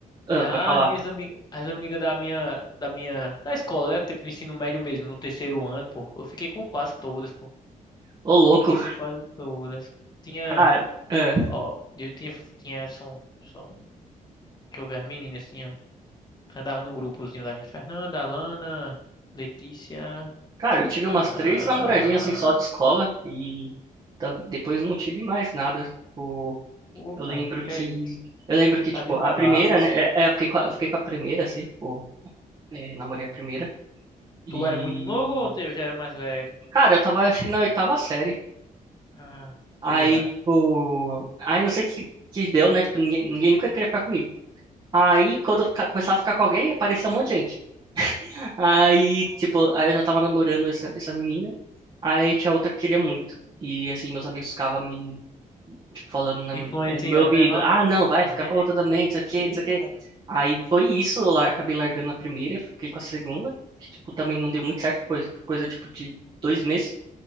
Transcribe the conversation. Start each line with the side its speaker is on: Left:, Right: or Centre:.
Right: Ah,
Left: Ah,
Right: pode falar.
Left: as minhas amigas, as amigas da minha, da minha, da escola, né? Tipo, do ensino médio mesmo, no terceiro ano, pô. Eu fiquei com quase todas, pô.
Right: Ô, louco,
Left: Fiquei com quase todas. Tinha,
Right: cara. ah.
Left: ó, eu tinha, tinha, são, são, deixa eu ver, as meninas tinham, andavam no grupozinho da gente, Fernanda, Alana, Letícia,
Right: Cara, eu tive
Left: ah,
Right: umas três namoradinhas assim só de escola e ta- depois não tive mais nada. Tipo,
Left: ô,
Right: eu
Left: cara,
Right: lembro que
Left: que é isso?
Right: eu lembro que
Left: Tá
Right: tipo
Left: devagar,
Right: a primeira,
Left: vês?
Right: né? é- é, eu fiquei com a, eu fiquei com a primeira assim, tipo, é, namorei a primeira e
Left: Tu era muito novo ou eu já era mais velho?
Right: cara, eu tava acho que na oitava série.
Left: Ah,
Right: Aí
Left: tô ligado.
Right: tipo, aí não sei que que deu, né? Tipo, ninguém ninguém nunca queria ficar comigo. Aí quando eu fica- começava a ficar com alguém, aparecia um monte de gente. Aí tipo, aí eu já tava namorando essa essa menina. Aí tinha outra que queria muito. E assim, meus amigos ficavam me tipo, falando na-
Left: Influenciando,
Right: eh, no meu ouvido,
Left: né, vá?
Right: ah, não, vai
Left: Pega,
Right: ficar com a outra também,
Left: pô,
Right: não sei o quê,
Left: pega,
Right: não sei o quê.
Left: pô.
Right: Aí foi isso, eu lar- acabei largando a primeira, fiquei com a segunda, que, tipo, também não deu muito certo, foi coisa, tipo, de dois meses.